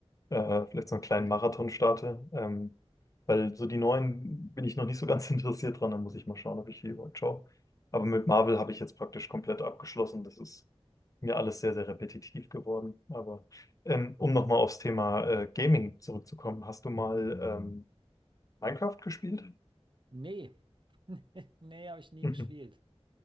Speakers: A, on the left; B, on the right.
A: äh, vielleicht so einen kleinen Marathon starte, ähm, weil so die neuen bin ich noch nicht so ganz <laughs> interessiert dran, da muss ich mal schauen, ob ich die überhaupt schaue. Aber mit Marvel habe ich jetzt praktisch komplett abgeschlossen, das ist mir alles sehr, sehr repetitiv geworden. Aber ähm, um nochmal aufs Thema äh, Gaming zurückzukommen, hast du mal ähm, Minecraft gespielt?
B: Nee, <laughs> nee, habe ich nie
A: <laughs>
B: gespielt.